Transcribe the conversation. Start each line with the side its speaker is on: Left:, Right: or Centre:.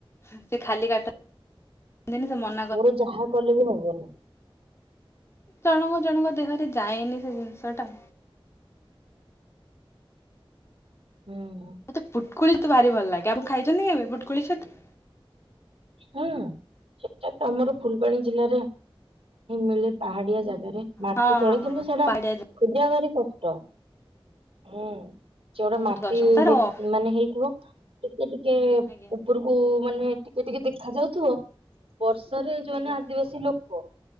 Left: ସେ ଖାଲି କାଟନ୍ତି ଏିନ <unintelligible>
Right: ମୋର ଯାହା କଲେ ବି ହବନ।
Left: ଜଣଙ୍କ ଜଣଙ୍କ ଦେହରେ ଯାଏନି ସେ ଜିନିଷ ଟା।
Right: ହୁଁ।
Left: ମତେୁଟକୁଳି ତ ଭାରି ଭ ଲାଗେ ଆମ ଖାଇଛନ୍ତି କେବେ ପୁଟୁକୁଳି ଛତୁ।
Right: ହୁଁ ସେଟା ତ ଆମର ଫୁଲବାଣୀ ଜିଲ୍ଲାରେ ମିଳେ ପାହାଡିଆ ଜାଗା। ମାଟି
Left: ହଁ
Right: ତଳେ
Left: ହଁ ହଁ
Right: କିନ୍ତୁ ସେଟା
Left: ପାହାଡିଆ
Right: ଖୋଜିବା ଭାରି କଷ୍ଟ ହୁଁ। ସେଉଟା
Left: ବହୁତ
Right: ମାଟି
Left: କଷ୍ଟ ତାର
Right: ମାନେ ହେଇଥିବ ଟିକେ ଟିକେ
Left: ଆଜ୍ଞା
Right: ଉପରକୁ ମାନେ ଟିକେ ଟିକେ ଦେଖ ଯାଉଥିବ ବର୍ଷାରେ ଯୋଉ
Left: ଆଜ୍ଞା
Right: ମମାନେେ ଆଦିବାସୀ ଲୋକ।